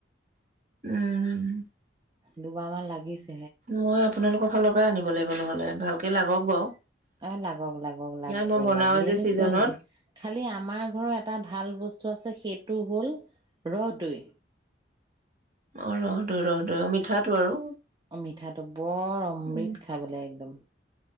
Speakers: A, on the right (about 40°); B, on the right (about 25°).
A: উম
B: দুবাৰমান লাগিছ-
A: মই আপোনালোকক- ফালৰ পৰা আনিব লাগিব নহলে ভালকে লাগক বাৰু
B: অ লাগক, লাগক, লাগ
A: নাই মই বনাওৱে
B: লাগিলেনো
A: যে ছিজনত
B: কিয় নিদিম, খালি আমাৰ ঘৰৰ এটা ভাল বস্তু আছে সেই- টো হ'ল ৰহদৈ।
A: অ ৰহদৈ, ৰহদৈ অ মিঠাটো আৰু।
B: অ মিঠাটো বৰ অমৃত
A: উম,
B: খাই বোলে একদম।